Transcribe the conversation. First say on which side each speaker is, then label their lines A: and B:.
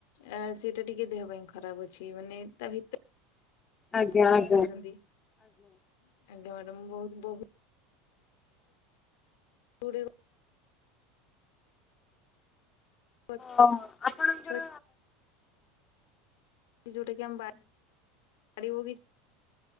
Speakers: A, on the left (about 70°); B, on the left (about 25°).
A: ଅ ସେଇଟା ଟିକେ ଦେହ ପାଇଁ ଖରାପ ଅଛି ମାନେ ତା ଭିତ
B: ଆଜ୍ଞା
A: ସମସ୍ତେ
B: ଆଜ୍ଞା
A: ଅଛନ୍ତି ଆଜ୍ଞା ମ୍ୟାଡାମ ବହୁତ ବହୁ <inaudible> ଗଛ
B: ହଁ। ଆପଣଙ୍କର
A: <inaudible> ଯଉଟା କି ଆମ ବା ବାଡି ବଗିଚା